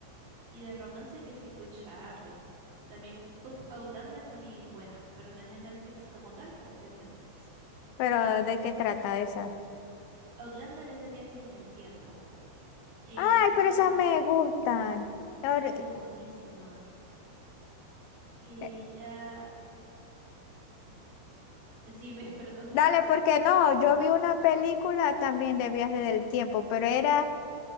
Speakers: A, on the right; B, on the left.
A: Y de romance que sí, Queen Charlotte. También Out- Outlander también es buena, pero no es en Netflix como tal, pero está en Netflix.
B: Pero ¿de qué trata esa?
A: Outlander es de viajes en el tiempo. Ella,
B: Ay, pero esas me gustan. Ahora-
A: ay, es buenísima. Ella,
B: eh,
A: decime, <laughs> perdón.
B: Dale, porque no, yo vi una película también de viaje del tiempo, pero era